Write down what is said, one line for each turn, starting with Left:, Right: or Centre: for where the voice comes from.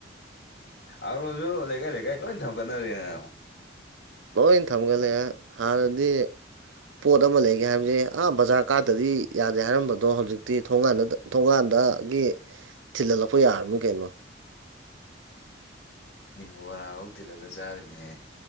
Left: ꯑꯔꯣꯁꯨ ꯂꯩꯀꯥꯏ ꯂꯩꯀꯥꯏ ꯂꯣꯏ ꯊꯝꯒꯠꯅꯔꯤꯦꯅꯦ
Right: ꯂꯣꯏ ꯊꯝꯒꯠꯂꯦ ꯍꯥꯟꯅꯗꯤ ꯄꯣꯠ ꯑꯃ ꯂꯩꯒꯦ ꯍꯥꯏꯕꯁꯦ ꯑꯥ ꯕꯖꯥꯔ ꯀꯥꯔꯠꯇꯗꯤ ꯌꯥꯗꯦ ꯍꯥꯏꯔꯝꯕꯗꯣ ꯍꯧꯖꯤꯛꯇꯤ ꯊꯣꯡꯀꯥꯟꯗ ꯊꯣꯡꯒꯥꯟꯗꯒꯤ ꯊꯤꯜꯍꯜꯂꯛꯄ ꯌꯥꯔꯝꯅꯤ ꯀꯩꯅꯣ
Left: ꯎ ꯃꯤꯕꯨ ꯍꯔꯥꯡ ꯍꯧꯥꯎ ꯊꯤꯜꯂꯂ ꯆꯥꯔꯝꯃꯤꯍꯦ